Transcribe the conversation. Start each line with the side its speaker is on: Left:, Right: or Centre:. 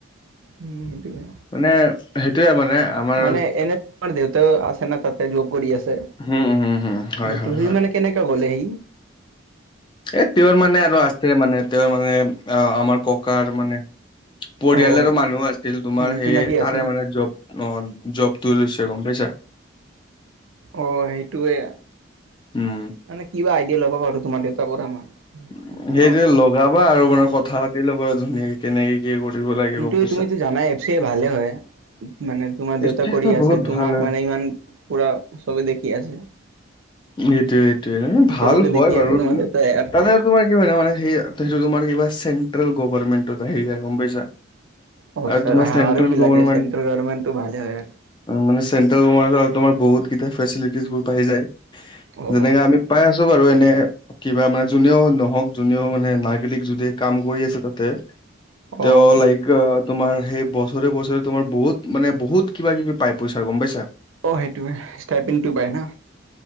Right: উম সেইটোৱে
Left: মানে সেইটোয়ে মানে। আমাৰ
Right: মানে এনে তোমাৰ দেউতাও আছে ন, তাতে যব কৰি আছে,
Left: হম হম হম হয়
Right: এইটো
Left: হয় হয়
Right: মানে। কেনেকা গ'লে সি?
Left: এ তেওঁৰ মানে আৰু আছে, মানে তেওঁৰ মানে। অ', আমাৰ ককাৰ মানে পৰিয়ালৰো
Right: অঁ অঁ
Left: মানুহ আছিল, তোমাৰ
Right: উম
Left: সেই
Right: চিনাকি আছিল
Left: তাৰে মানে জব। অ', জবটো এ লৈছে, গম পাইছা?
Right: অ', সেইটোৱে,
Left: উম
Right: মানে কিবা আইডিয়া ল'ব পাৰো তোমাৰ দেউতাৰ পৰা মই।
Left: <inaudible>
Right: কিবা
Left: সেইটোৱে
Right: হ'লে
Left: লগাবা আৰু মানে কথা পাতি লবা আৰু ধুনীয়াকে কেনেকে কি কৰিব লাগে।
Right: কিন্তু
Left: গম পাইছা
Right: তুমিতো জানাই, এফ চি আই ভালে হয়। মানে তোমাৰ দেউতা
Left: ষ্টেজটো
Right: কৰি
Left: বহুত
Right: আছে, তোমাক
Left: ভাল হয়
Right: মানে ইমান। পুৰা চবে দেখি আছে।
Left: সেইটোয়ে সেইটোয়ে, মানে ভাল
Right: চবকে
Left: হয়
Right: দেখি
Left: বাৰু,
Right: আছে তোমাৰ
Left: মানে
Right: দেউতাই আৰু
Left: তাতে তোমাৰ। কি মানে, মানে সেই সেটো, তোমাৰ কিবা চেট্ৰেল গভৰ্মেণ্ট। ত, আহি যায় গম পাইছা,
Right: অৱস্থা
Left: আৰু তোমাৰ চেণ্ট্ৰেল
Right: আৰু কি
Left: গৱৰ্ণমেণ্ট
Right: লাগে চেন্ট্ৰেল গভৰ্ণমেণ্টটো ভালে হয় আৰু
Left: মানে চেন্ট্ৰেল গৱৰ্ণমেণ্ট ত, তোমাৰ বহুত কেইটা ফেচিলিটিজবোৰ পাই যায়।
Right: অ',
Left: যেনেকে আমি পাই আছো বাৰু, এনে কিবা মানে যোনেও নহওঁক। যোনেও মানে নাগৰিক যদি কাম কৰি আছে তাতে,
Right: অ'।
Left: তেওঁ লাইক তোমাৰ সেই বছৰে, বছৰে তোমাৰ বহুত মানে বহুত কিবা- কিবি পাই পইচা, গম পাইছা।
Right: অ, সেইটোৱে ষ্টাইপিংটো পায় না?